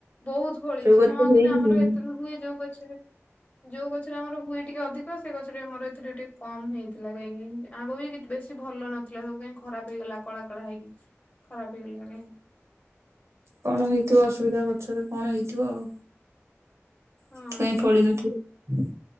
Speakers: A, on the left; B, on the right.
A: ବହୁତ ଫଳିଛି।
B: ଯୋଉ ଗଛରେ
A: ହଁ କିନ୍ତୁ
B: ହେଇନି
A: ଆମର
B: ହେଇନି
A: ଏତେ ହୁଏ ଯୋଉ ଗଛରେ ଯୋଉ ଗଛରେ ଆମର ହୁଏ ଟିକେ ଅଧିକ, ସେଇ ଗଛରେ ଆମର ଏଥିରେ ଟିକେ କମ ହେଇଥିଲା କାହିଁକି? ଆମ୍ବ ଆଉ ବେଶୀ ଭଲ ନଥିଲା ସବୁ କାଇଁ ଖରାପ ହେଇଗଲା କଳା କଳା ହେଇକି, ଖରାପ ହେଇଗଲା କାଇଁ?
B: କଣ ହେଇଥିବ ଅସୁବିଧା ଗଛରେ, କଣ ହେଇଥିବ ଆଉ।
A: ହଁ
B: ସେଥିପାଇଁ ଫଳି ନଥିବ